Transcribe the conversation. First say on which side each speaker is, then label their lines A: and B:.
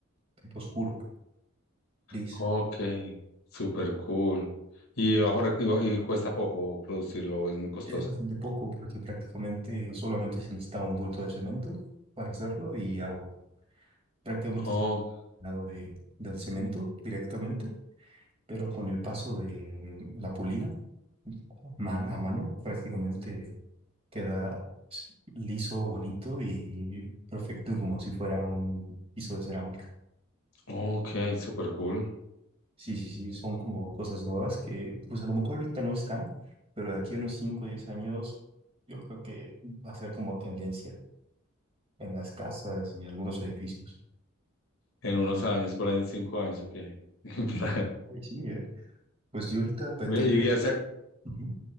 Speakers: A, on the right; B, on the left.
A: tipo oscuro, gris.
B: ok, super cool. Y, bajo, rec- y, ba- y cuesta poco producirlo, es muy costoso.
A: Es bastante poco porque prácticamente solamente se necesita un bulto de cemento para hacerlo y agua. Prácticamente
B: Oh,
A: es lado de, del cemento directamente, pero con el paso de la pulida man- a mano prácticamente queda liso, bonito y perfecto como si fuera un piso de cerámica.
B: ok, super cool.
A: Sí, sí, sí, son como cosas nuevas que pues a lo mejor ahorita no están, pero de aquí a unos 5 o 10 años yo creo que va a ser como tendencia en las casas y algunos edificios.
B: En unos años, por ahí en cinco años, ok. <laughs>
A: Sí, ay, sí, ¿eh? Pues yo ahorita pretendo...
B: Ve, y, o sea,
A: Ujú.